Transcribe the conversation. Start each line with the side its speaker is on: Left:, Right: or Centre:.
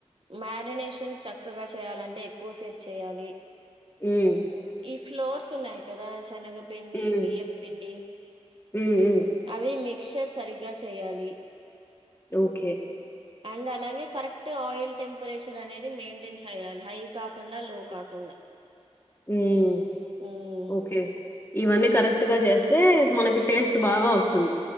Right: మ్యారినేష్ చక్కగా చేయాలంటే ఎక్కువసేపు చేయాలి
Left: ఉమ్
Right: ఈ ఫ్లోర్స్ ఉన్నాయి కదా సెనగపిండి
Left: హ్మ్.
Right: బియ్యంపిండి
Left: హ్మ్. హ్మ్.
Right: అవి మిక్చర్ సరిగ్గా చేయాలి
Left: ఓకే
Right: అండ్ అలాగే కరెక్ట్ ఆయిల్ టెంపరేచర్ అనేది మెయింటైన్ చేయాలి హై కాకుండా లో కాకుండా
Left: ఉమ్
Right: హ్మ్.
Left: ఓకే ఇవన్నీ కరెక్ట్ గా చేస్తే మనకి టేస్ట్ బాగా వస్తుంది